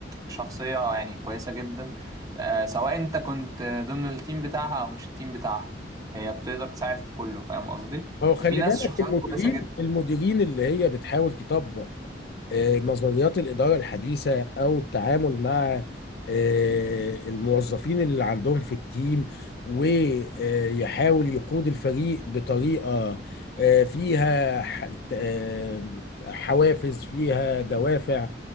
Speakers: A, on the right; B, on the left.
A: شخصيه يعني كويسه جدا آه، سواء انت كنت ضمن التيم بتاعها او مش التيم بتاعها هي بتقدر تساعد في كله فاهم قصدي
B: هو خلي
A: ففي ناس
B: بالك
A: شخصيات
B: المديرين
A: كويسه جدا
B: المديرين اللي هي بتحاول تطبق آه، نظريات الإدارة الحديثة أو التعامل مع آه، الموظفين اللي عندهم في التيم ويحاول يقود الفريق بطريقة آه، فيها ح- آه، حوافز فيها دوافع